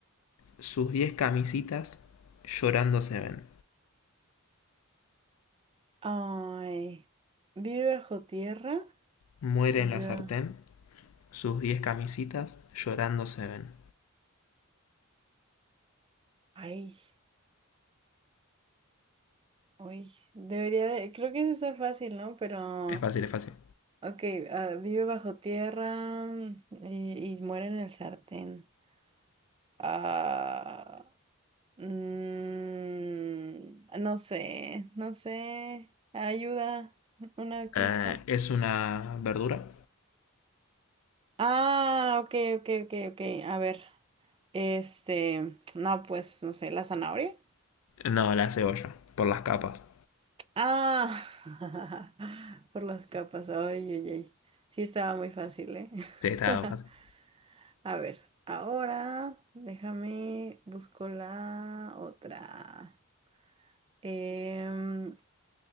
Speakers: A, on the left; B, on the right.
A: Sus diez camisitas llorando se ven.
B: Ay, ¿vive bajo tierra?
A: Muere
B: Yo,
A: en la sartén. Sus diez camisitas llorando se ven.
B: ay, uy, debería de, creo que eso está fácil, ¿no? Pero,
A: Es fácil, es fácil.
B: ok, ah, vive bajo tierra mm, y, y muere en el sartén. Ah. Mm, no sé, no sé. Ayuda, una
A: Eh,
B: pista.
A: ¿Es una verdura?
B: Ah, ok, ok, ok, ok. A ver, este, no, pues, no sé, la zanahoria.
A: No, la cebolla. Por las capas.
B: Ah, <laughs> por las capas. Ay, ay, ay. Sí estaba muy fácil, ¿eh?
A: Te está
B: <laughs>
A: fácil.
B: A ver, ahora déjame, busco la otra. Em,